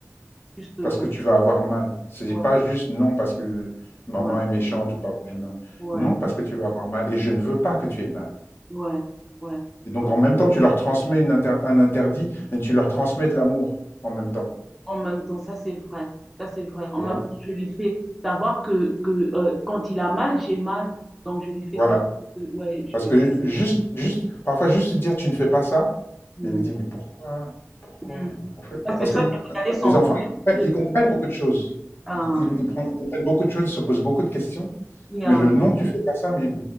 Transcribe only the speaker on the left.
Parce que tu vas avoir mal. Ce n'est
pas juste non parce que maman
est méchante ou papa est méchant.
Non parce que tu vas avoir mal et je ne veux pas que tu aies mal.
Et donc
en même temps, tu leur transmets une inter- un interdit, mais tu leur transmets de l'amour en même temps.
Tu vois?
Voilà.
Parce que
juste, juste, parfois juste dire tu ne fais pas ça,
mais elle me dit mais pourquoi? Pourquoi?
En fait,
parce
que
les enfants,
ils
comprennent,
ils comprennent
beaucoup de choses.
Ils, co- ils- ils pren- comprennent beaucoup de choses, ils se posent beaucoup de questions.
Mais
le non, tu fais pas ça, mais